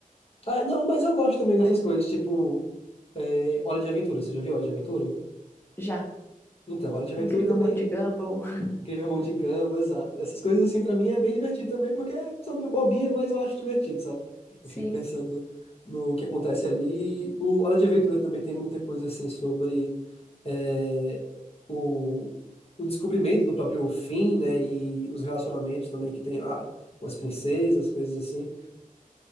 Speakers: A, on the left; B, on the left.
A: Ah, não, mas eu gosto também dessas
B: Mas é
A: coisas,
B: bem-
A: tipo, é, Hora de Aventura. Você já viu Hora de Aventura?
B: Já.
A: Então, Hora de Aventura
B: O Incrível
A: também.
B: Mundo de Gumball. <laughs>
A: Incrível Mundo de Gumball, exato. Essas coisas, assim, pra mim é bem divertido também, porque são bobinhas, mas eu acho divertido, sabe?
B: Sim,
A: Eu fico pensando no que acontece ali. O Hora de Aventura também tem muita coisa, assim, sobre é, o, o descobrimento do próprio fim, né? E os relacionamentos também que tem lá com as princesas, coisas assim.